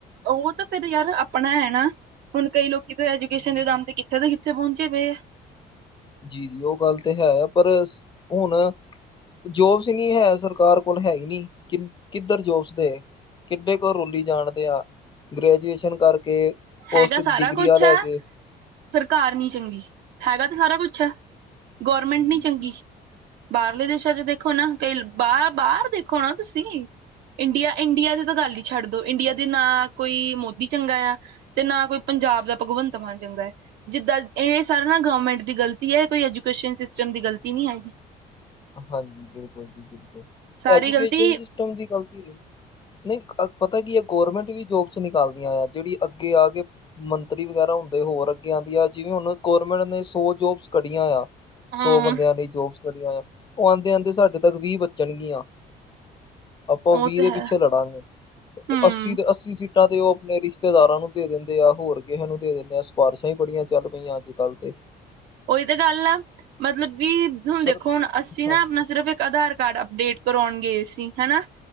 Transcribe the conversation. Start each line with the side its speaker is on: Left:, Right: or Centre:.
Right: ਉਹ ਤਾਂ ਫਿਰ ਯਾਰ ਆਪਣਾ ਹੈ ਨਾ ਹੁਣ ਕਈ ਲੋਕੀ ਐਜੂਕੇਸ਼ਨ ਦੇ ਦਮ ਤੇ ਕਿੱਥੇ ਤੋਂ ਕਿੱਥੇ ਪਹੁੰਚੇ ਪਏ ਆ।
Left: ਜੀ ਜੀ ਉਹ ਗੱਲ ਤੇ ਹੈ ਆ ਪਰ ਹੁਣ ਜੋਬਸ ਨਹੀਂ ਹੈ ਸਰਕਾਰ ਕੋਲ ਹੈ ਹੀ ਨਹੀਂ ਕਿ ਕਿੱਧਰ ਜੋ ਉਸਦੇ ਕਿੱਡੇ ਕੋਲ ਰੋਲੀ ਜਾਣਦੇ ਆ। ਗ੍ਰੈਜੂਏਸ਼ਨ ਕਰਕੇ। ਪੋਸਟ
Right: ਹੈਗਾ ਸਾਰਾ
Left: ਡਿਗਰੀਆਂ
Right: ਕੁਛ
Left: ਲੈ
Right: ਹੈ
Left: ਕੇ
Right: ਸਰਕਾਰ ਨੀ ਚੰਗੀ ਹੈਗਾ ਤਾਂ ਸਾਰਾ ਕੁਛ ਅੱਛਾ ਗੌਰਮੈਂਟ
Left: ਜੀ
Right: ਨੀ ਚੰਗੀ
Left: ਜੀ
Right: ਬਾਹਰਲੇ ਦੇਸਾਂ ਚ ਦੇਖ ਦੇਖੋ ਨਾ ਕਈ ਬਾਹ ਬਾਹਰ ਦੇਖੋ ਨਾ ਤੁਸੀਂ, ਇੰਡੀਆ-ਇੰਡੀਆ ਦੀ ਤਾਂ ਗੱਲ ਹੀ ਛੱਡ ਦੋ ਇੰਡੀਆ ਦੇ ਨਾ ਕੋਈ ਮੋਦੀ ਚੰਗਾ ਆ। ਤੇ ਨਾ ਕੋਈ ਪੰਜਾਬ ਦਾ ਭਗਵੰਤ ਮਾਨ ਚੰਗਾ ਹੈ ਜਿੱਦਾਂ ਇਹ ਸਾਰਾ ਨਾ ਗਵਰਮੈਂਟ ਦੀ ਗ਼ਲਤੀ ਹੈ ਕੋਈ, ਐਜੂਕੇਸ਼ਨ ਸਿਸਟਮ ਦੀ ਗਲਤੀ ਨਹੀਂ ਹੈਗੀ।
Left: ਹਾਂਜੀ ਬਿਲਕੁਲ ਜੀ ਬਿਲਕੁਲ
Right: ਸਾਰੀ
Left: ਐਜੂਕੇਸ਼ਨ
Right: ਗ਼ਲਤੀ
Left: ਸਿਸਟਮ ਦੀ ਗਲਤੀ ਨਹੀਂ ਨਹੀਂ ਅ ਪਤਾ ਕੀ ਇਹ ਗੌਰਰਮੈਂਟ ਵੀ ਜੋਬਸ ਨਿਕਾਲਦੀਆਂ ਆ ਜਿਹੜੀ ਅੱਗੇ ਆ ਕੇ ਮੰਤਰੀ ਵਗੈਰਾ ਹੁੰਦੇ ਹੋਰ ਅੱਗੇ ਜਾਂ ਆ ਜਿਵੇਂ ਹੁਣ ਗੌਰਰਮੈਂਟ ਨੇ ਸੌ ਜੋਬਸ ਕੱਢੀਆਂ ਆ
Right: ਹਾਂ,
Left: ਸੌ ਬੰਦਿਆਂ ਲਈ ਜੋਬਸ ਕਢੀਆਂ ਆ ਉਹ ਆਉਂਦੇ ਆਉਂਦੇ ਸਾਡੇ ਤੱਕ ਵੀਹ ਬਚਣਗੀਆਂ ਆਪਾਂ
Right: ਉਹ
Left: ਵੀਹ
Right: ਤੇ
Left: ਦੇ
Right: ਹੈ,
Left: ਪਿੱਛੇ ਲੜਾਂਗੇ
Right: ਹੂੰ,
Left: ਅੱਸੀ ਦੇ ਅੱਸੀ ਸੀਟ ਟਾਂ ਤੇ ਉਹ ਆਪਣੇ ਰਿਸ਼ਤੇਦਾਰਾਂ ਨੂੰ ਦੇ ਦਿੰਦੇ ਆ ਹੋਰ ਕਿਸੇ ਨੂੰ ਦੇ ਦਿੰਦੇ ਆ ਸਿਫਾਰਸ਼ਾਂ ਹੀ ਬੜੀਆਂ ਚੱਲ ਪਈਆਂ ਅੱਜ-ਕੱਲ੍ਹ ਤੇ
Right: ਉਹੀ ਤਾਂ ਗੱਲ ਆ ਮਤਲਬ ਕਿ ਹੁਣ
Left: ਸਰ
Right: ਦੇਖੋ ਹੁਣ ਅ, ਸੀ
Left: ਹਾਂਜੀ
Right: ਨਾ ਆਪਣਾ ਸਿਰਫ਼ ਇੱਕ ਆਧਾਰ ਕਾਰਡ ਅਪਡੇਟ ਕਰਵਾਣ ਗਏ ਸੀ ਹਨਾ।